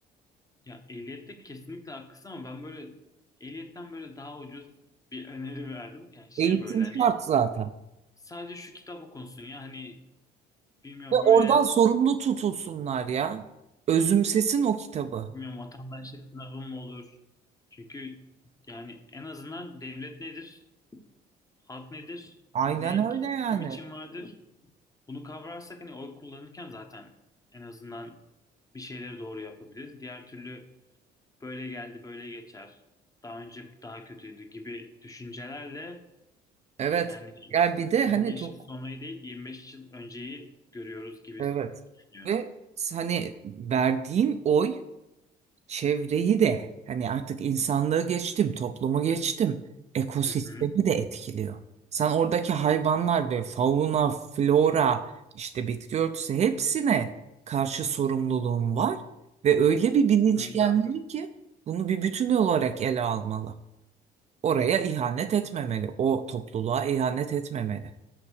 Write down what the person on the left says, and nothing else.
ya ehliyette kesinlikle haklısın ama ben böyle ehliyetten böyle daha ucuz bir <laughs> öneri verdim. Yani şey
böyle hani
Sadece şu kitap okunsun ya hani bilmiyorum
böyle
bilmiyorum vatandaşlık sınavı mı olur? Çünkü yani en azından devlet nedir? Halk nedir?
Ne
kim,
kim için vardır? Bunu kavrarsak hani oy kullanırken zaten en azından bir şeyleri doğru yapabiliriz. Diğer türlü böyle geldi böyle geçer. Daha önce daha kötüydü gibi düşüncelerle
yani
25
yıl sonrayı değil 25 yıl önceyi görüyoruz gibi
düşünüyorum.
Hı hı.
Kesinlikle
haklısın.